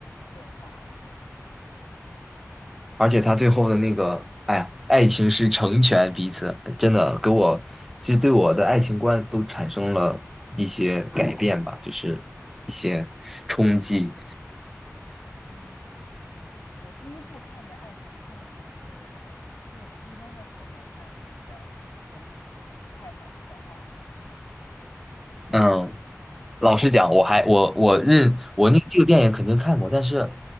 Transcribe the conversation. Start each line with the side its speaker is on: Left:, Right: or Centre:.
Left: 对话啊什么的。嗯
Centre: 而且他最后的那个，哎呀，爱情是成全彼此，真的给我其实对我的爱情观都产生了一些改变吧，就是一些冲击，
Left: 嗯，我第一部看的爱情电影是是我初中的时候看了一部比较经典的是那个《泰坦尼克号》。
Centre: 嗯，老实讲，我还我我认我那这个电影肯定看过，
Left: 对，
Centre: 但是